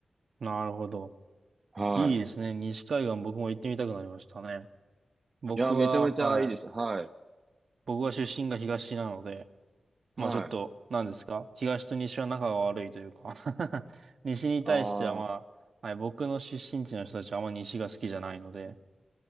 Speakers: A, on the right; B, on the right.
A: なるほど。
B: は
A: いいですね。西海岸僕も行ってみたくなりましたね。僕は、
B: い。いや、めちゃめちゃいいです。
A: はい。
B: はい。
A: 僕は出身が東なので、
B: はい。
A: まあちょっと、なんですか。東と西は仲が悪いというか <laughs> 西に対してはまあ、
B: ああ、
A: はい、僕の出身地の人たちはあんま西が好きじゃないので、